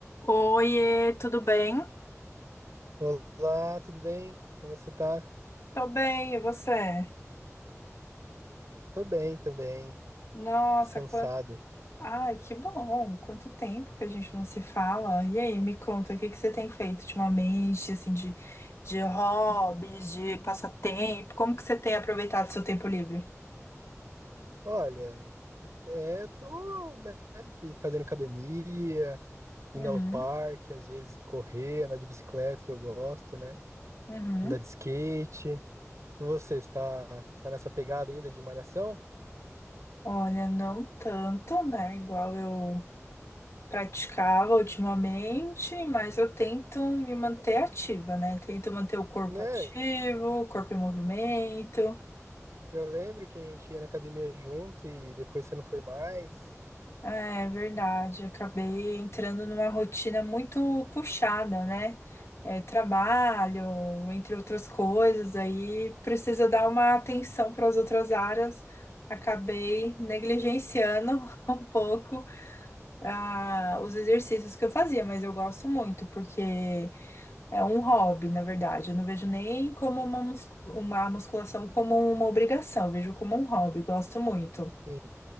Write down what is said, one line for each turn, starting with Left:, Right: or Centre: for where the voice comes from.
Left: Oiê, tudo bem?
Right: Olá, tudo bem? Como você tá?
Left: Tô bem, e você?
Right: Tô bem também,
Left: Nossa,
Right: descansado.
Left: quanto... Ai, que bom! Quanto tempo que a gente não se fala. E aí, me conta, o que que você tem feito ultimamente, assim, de, de hobbies, de passatempo? Como que você tem aproveitado seu tempo livre?
Right: Olha, é, tô, né, vim fazendo academia, indo
Left: Uhum,
Right: ao parque, às vezes correr, andar de bicicleta, que eu gosto, né?
Left: uhum.
Right: Andar de skate. E você, está, está nessa pegada ainda de malhação?
Left: Olha, não tanto, né? Igual eu praticava ultimamente, mas eu tento me manter ativa, né? Tento manter o corpo
Right: Né,
Left: ativo, o corpo em movimento.
Right: eu lembro que a gente ia na academia junto e depois você não foi mais.
Left: É verdade, acabei entrando numa rotina muito puxada, né? É, trabalho, entre outras coisas, aí precisa dar uma atenção para as outras áreas. Acabei negligenciando <laughs> um pouco ah, os exercícios que eu fazia, mas eu gosto muito, porque é um hobby, na verdade. Eu não vejo nem como uma, mus- uma musculação como uma obrigação, eu vejo como um hobby, gosto muito.
Right: Sim,